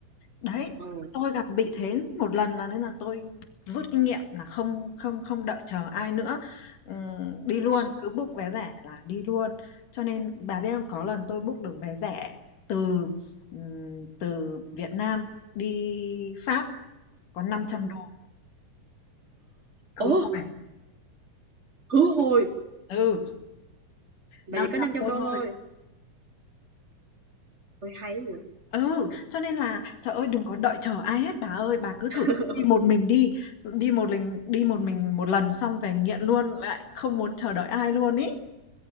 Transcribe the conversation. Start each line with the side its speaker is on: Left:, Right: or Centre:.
Left: Đấy,
Right: Ừ,
Left: tôi gặp bị thế một lần là nên là tôi rút kinh nghiệm là không không không đợi chờ ai nữa, ừm, đi
Right: thiệt
Left: luôn, cứ book vé rẻ là đi luôn. Cho nên bà biết không, có lần tôi book được vé rẻ từ ừm, từ Việt Nam đi Pháp có 500
Right: <gasps>
Left: đô khứ
Right: Ủa,
Left: hồi.
Right: khứ hồi,
Left: Ừ,
Right: mà
Left: năm
Right: chỉ có
Left: trăm
Right: 500
Left: đô
Right: đô
Left: thôi.
Right: thôi, ôi hay quá vậy.
Left: Ừ, cho nên là, trời ơi, đừng có đợi chờ ai hết bà ơi, bà cứ thử
Right: <laughs>
Left: đi một mình đi, đi một mình đi một mình một lần xong về nghiện luôn, lại không muốn chờ đợi ai luôn ý.